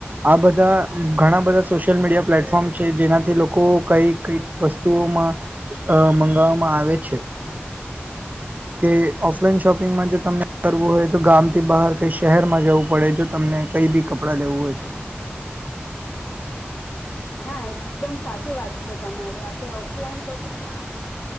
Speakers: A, on the right; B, on the left.
A: આ બધા ઘણા બધા સોશિયલ મીડિયા પ્લેટફોર્મ છે જેનાથી લોકો કઈ કઈ વસ્તુઓમાં અહ મંગાવામાં આવે છે. કે ઓફલાઈન શોપિંગમાં જો તમને કરવું હોય તો ગામથી બહાર કઈ શહેરમાં જવું પડે જો તમને કઈ બી કપડા લેવું હોય તો.
B: ના એકદમ સાચી વાત છે તમારી. આપડે ઓફલાઈન શોપિંગમાં